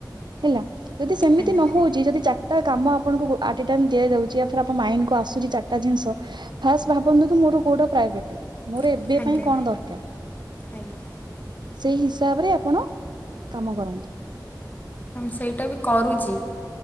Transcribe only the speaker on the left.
ଆଜ୍ଞା
ଆଜ୍ଞା
ଆଜ୍ଞା
ସେଇଟା ବି କରୁଛି